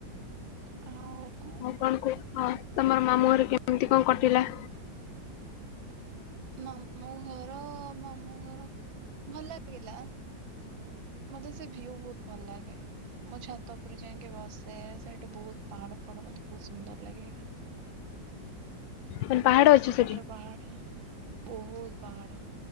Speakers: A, on the right; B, on the left.
A: କଣ ଆଉ
B: କଣ କୁହ ତମର ମାମୁଁ ଘରେ କେମତି କଣ କଟିଲା।
A: ମାମୁଁ ଘର ମାମୁଁ ଘର। ଭଲ ଲାଗିଲା ମତେ ସେ ଭ୍ୟୁ ବହୁତ ଭଲ ଲାଗେ। ମୁଁ ଛାତ ଉପରେ ଯାଇକି ବସେ ସେଇଠି ବହୁତ ପାହାଡ ଫାହାଡ ମତେ ବହୁତ ସୁନ୍ଦର ଲାଗେ।
B: ମାନେ ପାହାଡ
A: ରୋଡ
B: ଅଛି
A: ସେପଟରେ
B: ସେଠି
A: ପାହାଡ଼ ବହୁତ ପାହାଡ